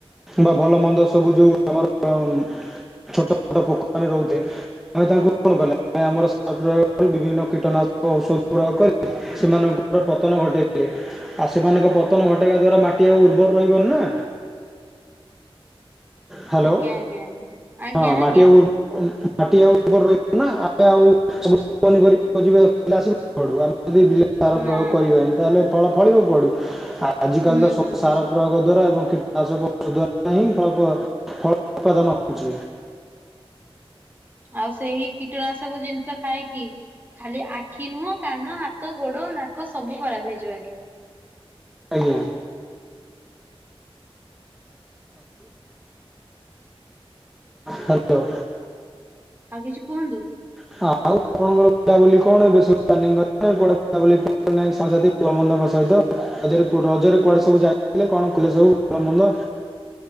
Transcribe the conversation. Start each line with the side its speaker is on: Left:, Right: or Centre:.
Centre: ବା ଭଲ ମନ୍ଦ ସବୁ ଯୋଉ ଆମର ଛୋଟ ଛୋଟ ପୋକ ମାନେ ରହୁଥେ ଆମେ ତାଙ୍କୁ କଣ କଲେ, ଆ ଆମର ସାର ପ୍ରୟୋ ଗ କରି ବିଭିନ୍ନ କୀଟନାଶକ ଔଷଧ ପ୍ରୟୋଗ କରି, ସେମାନଙ୍କର ପତନ ଘଟେଇଥିଲେ। ଆଉ ସେମାନଙ୍କ ପତନ ଘଟେଇବା ଦ୍ଵାରା, ମାଟି ଆଉ ଉର୍ବର ରହିବନି ନା? ହ୍ୟାଲୋ
Right: ଆଜ୍ଞା ଆଜ୍ଞା ଆଜ୍ଞା ଆଜ୍ଞା
Centre: ହଁ
Right: ଆଜ୍ଞା
Centre: ମାଟିଆଉ, ମାଟି ଆଉ ଉପରେ ରହିବ ନା ଆ ଆଉ ପନିପରିବା ଆସିବ କୁଆଡୁ, ଆମେ ଯଦି ବିଲ ସାର
Right: ନା
Centre: ପ୍ରୟୋଗ କରିବାନି
Right: ନା ନା
Centre: ତାହେଲେ। ଫଳ ଫଳିବ କୁଆଡୁ, ଆଜିିକାଲି
Right: ହୁଁ
Centre: ତ ସବୁ
Right: ହୁଁ
Centre: ସାର
Right: ହୁଁ।
Centre: ପ୍ରୋଗ ଦ୍ଵାରା ଏବଂ କୀଟ ନାଶକ <unintelligible> ହଁ ଫଳ ଉତ୍ପାଦନ ହଉଛି।
Right: ଆଉ ସେଇ କୀଟନାଶକ ଜିନିଷ ଖାଇକି, ଖାଲି ଆଖି ନୁହଁ କାନ ହା ତ, ଗୋଡ ନାକ ସବୁ ଖରାପ ହେଇଯିବ ଆଜ୍ଞା।
Centre: ଆଜ୍ଞା। ହାଲୋ
Right: ଆଉ କିଛି କୁହନ୍ତୁ।
Centre: ହଁ ଆଉ ଆପଣଙ୍କର ବୁଲାବୁଲି କଣ ଏବେ ସବୁ ପ୍ଲାନିଙ୍ଗ୍ ଅଛି। କୁଆଡେ ବୁଲାବୁଲି <unintelligible> ଭଳମନ୍ଦଙ୍କ ସହିତ, ରଜରେ କୁଆଡେ ସବୁ ଯାଇଥିଲେ କଣ କଲେ ସବୁ ଭଳମନ୍ଦ।